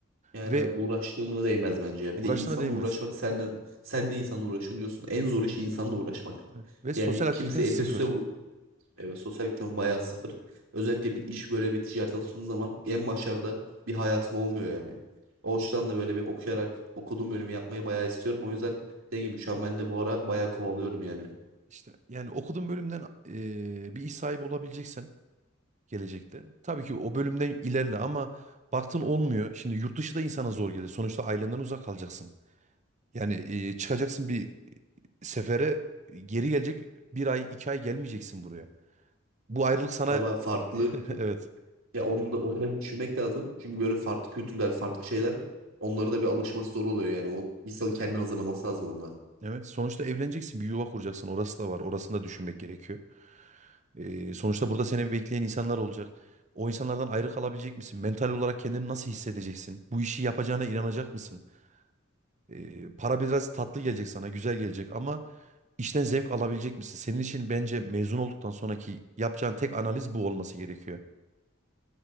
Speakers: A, on the right; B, on the right.
A: Yani
B: Ve
A: abi uğraştığına değmez bence ya.
B: uğraştığına
A: Bir de insanla
B: değmez.
A: uğraşmak senden, sen de insanla uğraşın diyorsun. En zor iş insanla uğraşmak.
B: Evet. Ve sosyal
A: Yani
B: aktiviten
A: kimse
B: sıfır.
A: ete süse bu. Evet, sosyal ekonomi bayağı sıfır. Özellikle bir iş böyle bir ticaret atıldığın zaman en başarıda bir hayatın olmuyor yani. O yüzden de böyle bir okuyarak okuduğum bölümü yapmayı bayağı istiyorum. O yüzden dediğim gibi şu an ben de bu ara bayağı kovalıyorum yani.
B: İşte yani okuduğun bölümden eee, bir iş sahibi olabileceksen gelecekte. Tabii ki o bölümden ilerle ama baktın olmuyor. Şimdi yurt dışı da insana zor gelir. Sonuçta ailenden uzak kalacaksın. Yani e, çıkacaksın bir sefere geri gelecek bir ay iki ay gelmeyeceksin buraya. Bu ayrılık sana
A: Tabii abi farklı
B: <laughs> evet.
A: Ya onu da, onu da bir düşünmek lazım. Çünkü böyle farklı kültürler, farklı şeyler onlara da bir alışması zor oluyor yani. O insanın kendini hazırlaması lazım onunla.
B: Evet, sonuçta evleneceksin, bir yuva kuracaksın. Orası da var, orasını da düşünmek gerekiyor. E, sonuçta burada seni bekleyen insanlar olacak. O insanlardan ayrı kalabilecek misin? Mental olarak kendini nasıl hissedeceksin? Bu işi yapacağına inanacak mısın? Ee, para biraz tatlı gelecek sana, güzel gelecek ama işten zevk alabilecek misin? Senin için bence mezun olduktan sonraki yapacağın tek analiz bu olması gerekiyor.